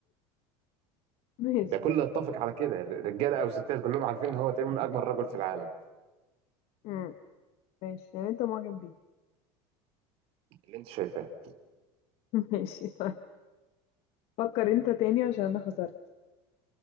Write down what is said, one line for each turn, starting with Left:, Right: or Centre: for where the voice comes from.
Left: ماشي
Right: ده كله يتفق على كده رجاله او ستات كلهم عارفين ان هو تقريبا من اجمل رجل في العالم
Left: امم ماشي يعني انت معجب بيه
Right: اللي انت شايفاه
Left: <laughs> ماشي طيب فكر انت تاني عشان انا خسرت